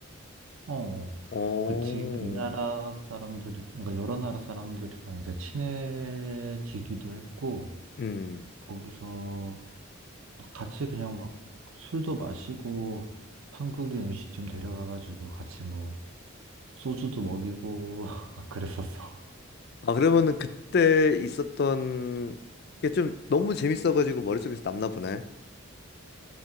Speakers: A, on the right (about 70°); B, on the left (about 45°).
A: 어, 어.
B: 어.
A: 그치. 이 나라 사람들이, 그러니까 여러 나라 사람들이랑 이제 친해지기도 했고,
B: 음.
A: 거기서 막 같이 그냥 막 술도 마시고, 한국인 음식점 데려가가지고 같이 뭐, 소주도 먹이고, <laughs> 막 그랬었어.
B: 아, 그러면은 그때 있었던 게 좀 너무 재밌어가지고 머릿속에서 남나 보네.